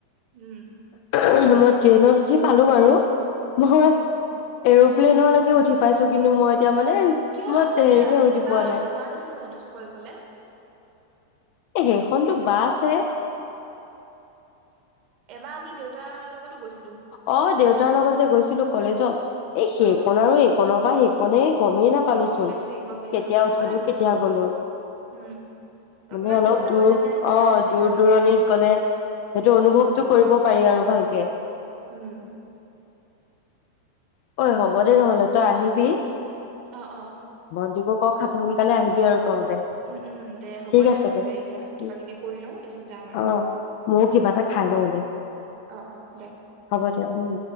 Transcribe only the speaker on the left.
মই ট্ৰেইনত উঠি পালো বাৰু। নহয়।
এৰো'প্লেনৰ লৈকে উঠি পাইছোঁ। কিন্তু মই এতিয়া মানে
মই
হেৰিতহে
উঠি
পোৱা নাই
এ, সেইখনতো বাছ হে!
অ' দেউতাৰ লগত যে গৈছিলো কলেজত। এ সেইকণ
আৰু এইকণৰ পৰা সেইকণহে। গমেই নাপালো
চোন,
কেতিয়া
উঠিলো
কেতিয়া গলো।
মানে
অলপ
দূৰ
অ'
দূৰ
দূৰণিত গ'লে সেইটো অনুভৱতটো
কৰিব পাৰি আৰু ভালকে।
ঐ হ'ব দে নহ'লে, তই আহিবি।
অ' <inaudible> সোনকালে আহিবি আৰু। তহঁতে
ঠিক
আছে
উম
অ ময়ো কিবা
এটা খাই লওঁ দে
হ'ব দে উম!